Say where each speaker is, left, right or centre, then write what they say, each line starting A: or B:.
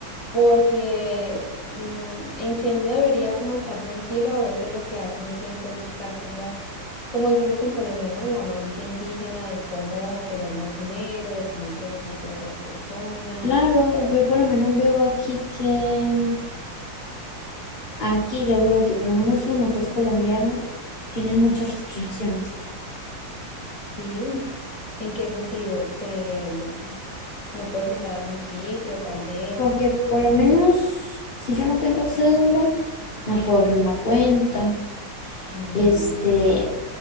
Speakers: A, on the left; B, on the left.
A: porque mm, en quien uno debería como estar tranquilo, a veces lo que hacen siempre es buscar como, como decimos en Colombia, ¿no? La malicia indígena de cómo obtener más dinero, de cómo aprovecharse de otras personas,
B: Claro, eh, yo por lo menos veo aquí que, aquí yo veo que por lo menos uno que es colombiano tiene muchas restricciones.
A: ¿sí? ¿En qué sentido? Te, mm, no puedes entrar a algún sitio, tal vez,
B: Porque
A: o,
B: por lo menos si yo no tengo cédula, no puedo abrir una cuenta.
A: mm,
B: Este,